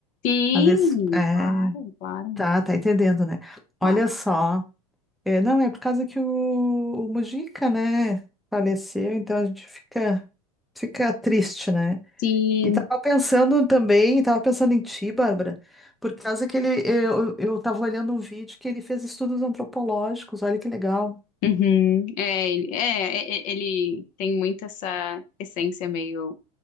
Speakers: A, on the left; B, in the centre.
A: Sim,
B: Às vezes, é,
A: claro, claro,
B: tá, tá entendendo, né?
A: claro.
B: Olha só, eh, não é por causa que o, o Mujica, né, faleceu, então a gente fica fica triste, né?
A: Sim.
B: E tava pensando também, tava pensando em ti, Bárbara, por causa que ele, eu, eu tava olhando um vídeo que ele fez estudos antropológicos, olha que legal.
A: Uhum. É, ele, é, é, é, ele tem muito essa essência meio,